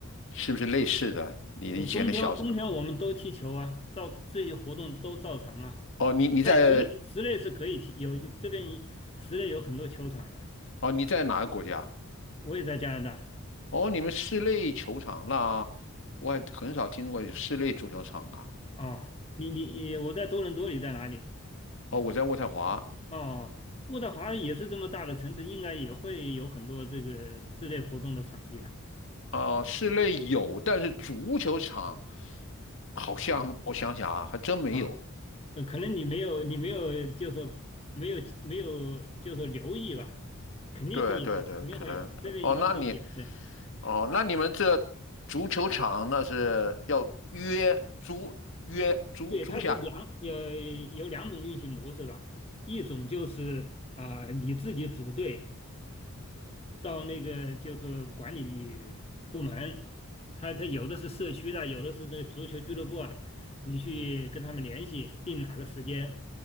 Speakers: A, on the left; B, on the left.
A: 是不是类似的，你以前的小时候。
B: 我冬天冬天我们都踢球啊，照这些活动都照常啊。
A: 哦，你你在
B: 在室内室内是可以踢，有这边室内有很多球场的。
A: 哦你在哪个国家？
B: 我也在加拿大
A: 哦，你们室内球场，那我还很少听说过有室内足球场啊。
B: 啊，你你你，我在多伦多，你在哪里？
A: 哦，我在渥太华，
B: 哦，渥太华也是这么大的城市，应该也会有很多这个室内活动的场地啊
A: 呃，室内有，但是足球场好像我想想啊，还真没有。
B: 啊。呃，可能你没有，你没有，就是说没有，没有，就是说留意吧，肯定会有的，
A: 对对对，
B: 肯定会有的。
A: 可能哦，
B: 这边一般都会有，
A: 那你
B: 对，
A: 哦，那你们这足球场那是要约租约租租下来
B: 对，它是两有有两种运行模式吧，一种就是啊、你自己组队，到那个就是管理部门，他他有的是社区的，有的是那个足球俱乐部啊，你去跟他们联系，定哪个时间，